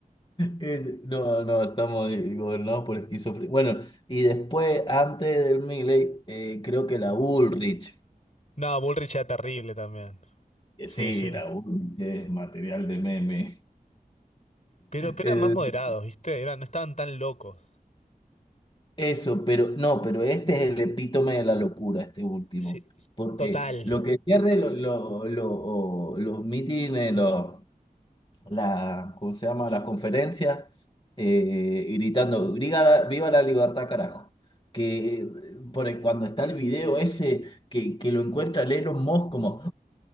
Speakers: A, on the left; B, on the left.
A: Eh, No, no, estamos eh, gobernados por esquizofrenia. Bueno, y después, antes del Milei, eh, creo que la Bullrich,
B: No, Bullrich era terrible también.
A: que
B: Sí,
A: sí,
B: sí.
A: la Bullrich es material de meme.
B: Pero, pero
A: El-
B: eran más moderados, ¿viste? Eran, no estaban tan locos.
A: eso, pero no, pero este es el epítome de la locura, este último.
B: Sí,
A: Porque
B: total.
A: lo que pierde lo- lo- lo- los mítines, los. la, ¿cómo se llama? La conferencia, eh, gritando, "Viva, viva la libertad, carajo. Que eh, por el- cuando está el video ese que, que lo encuentra el Elon Musk como,